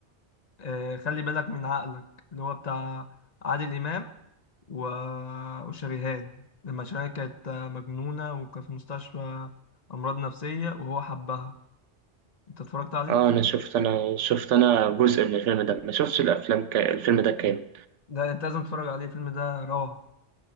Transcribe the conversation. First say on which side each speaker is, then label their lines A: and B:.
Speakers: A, on the left; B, on the right.
A: آه، خلي بالك من عقلك اللي هو بتاع عادل إمام و... وشريهان لما شريهان كانت آه، مجنونة وكانت في مستشفى أمراض نفسية وهو حبها أنت اتفرجت عليه؟
B: آه أنا شفت أنا شفت أنا جزء من الفيلم ده ما شفتش الأفلام ك... الفيلم ده كامل
A: ده أنت لازم تتفرج عليه الفيلم ده روعة